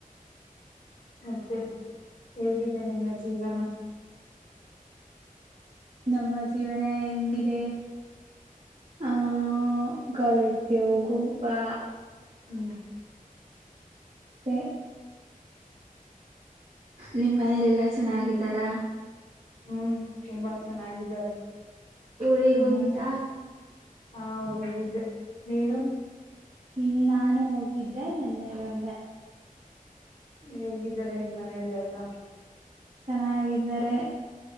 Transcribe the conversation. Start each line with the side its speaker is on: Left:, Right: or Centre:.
Left: ಮತ್ತೆ ಹೇಗಿದೆ ನಿಮ್ಮ ಜೀವನ
Right: ನಮ್ಮ ಜೀವನ ಹೆಂಗಿದೆ ಆಹ ಕಾಲೇಜ್ಗೆ ಹೋಗು ಬಾ
Left: ಹ್ಮ್
Right: ಹ <unintelligible> ನಿಮ್ ಮನೇಲೆಲ್ಲಾ ಚೆನ್ನಾಗಿದ್ದಾರಾ
Left: ಹ್ಮ್ ತುಂಬಾ ಚೆನ್ನಾಗಿದ್ದಾರೆ
Right: ಊರಿಗೆ
Left: ನಿಮ್ಮ
Right: ಹೋಗಿದ್ದಾ
Left: ಮನೆ ಹಾ ಹೋಗಿದ್ದೆ ನೀನು
Right: ಹ್ಮ ನಾನು ಹೋಗಿದ್ದೆ ನೆನ್ನೆ ಬಂದೆ
Left: ಹೇಗಿದ್ದಾರೆ ನಿಮ್ಮ್ ಮನೆಯಲ್ಲ ಎಲ್ಲ
Right: ಚೆನ್ನಾಗಿದ್ದಾರೆ